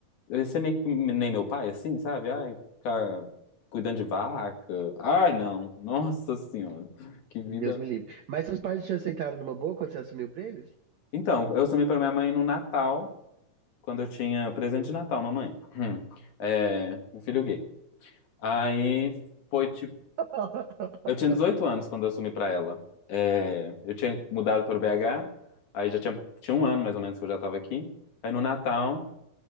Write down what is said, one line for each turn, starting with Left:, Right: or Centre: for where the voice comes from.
Left: Ele ser meio que nem meu pai, assim, sabe? Ai, ficar cuidando de vaca. Ai, não. Nossa Senhora. Que vida.
Right: Deus me livre. Mas seus pais te aceitaram numa boa quando você assumiu pra eles?
Left: Então, eu assumi para minha mãe no Natal, quando eu tinha presente de Natal, mamãe. Hum. É, um filho gay. Aí foi tipo.
Right: <laughs>
Left: Eu tinha 18 anos quando eu assumi para ela. É, eu tinha mudado para o BH, aí já tinha, tinha um ano mais ou menos que eu já estava aqui. Aí no Natal.